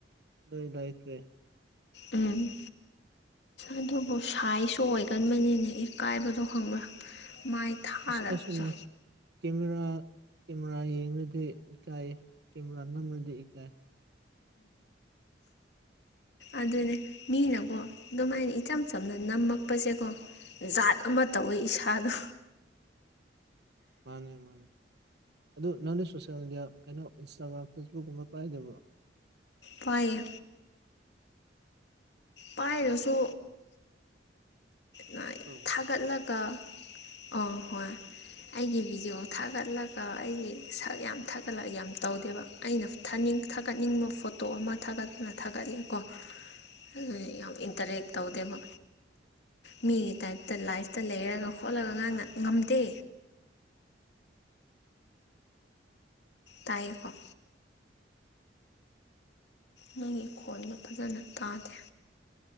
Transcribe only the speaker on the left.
ꯎꯝ ꯑꯗꯨꯕꯨ ꯁꯥꯏꯖꯁꯨ ꯑꯣꯏꯒꯟꯕꯅꯤꯅꯦ ꯏꯀꯥꯏꯕꯗꯣ ꯈꯪꯕ꯭ꯔꯥ ꯃꯥꯏ ꯊꯥꯔꯕꯗꯣ
ꯑꯗꯨꯅꯦ ꯃꯤꯅꯀꯣ ꯑꯗꯨꯃꯥꯏꯅ ꯏꯆꯝ ꯆꯝꯅ ꯅꯝꯃꯛꯄꯁꯦꯀꯣ ꯖꯥꯠ ꯑꯃ ꯇꯧꯋꯦ ꯏꯁꯥꯗꯣ
ꯄ ꯥꯏꯌꯦ ꯄꯥꯏꯔꯁꯨ ꯅꯥꯏ
ꯊꯥꯒꯠꯂꯒ
ꯑ ꯍꯣꯏ ꯑꯩꯒꯤ ꯚꯤꯗꯤꯑꯣ ꯊꯥꯒꯠꯂꯒ ꯑꯩꯒꯤ ꯁꯛ ꯌꯥꯝ ꯊꯥꯒꯠꯂꯒ ꯌꯥꯝ ꯇꯧꯗꯦꯕ ꯑꯩꯅ ꯊꯅꯤꯡ ꯊꯥꯒꯠꯅꯤꯡꯕ ꯐꯣꯇꯣ ꯑꯃ ꯊꯥꯒꯠꯇꯨꯅ ꯊꯥꯒꯠꯂꯦꯀꯣ ꯑꯗꯨ ꯌꯥꯝ ꯏꯟꯇꯔꯦꯛ ꯇꯧꯗꯦꯕ ꯃꯤꯒꯤ ꯇꯥꯏꯞꯇ ꯂꯥꯏꯐꯇ ꯂꯩꯔꯒ ꯈꯣꯠꯂꯒ ꯉꯥꯡꯅ ꯉꯝꯗꯦ ꯇꯥꯏꯌꯦꯀꯣ
ꯅꯪꯒꯤ ꯈꯣꯟꯗꯣ ꯐꯖꯅ ꯇꯥꯗꯦ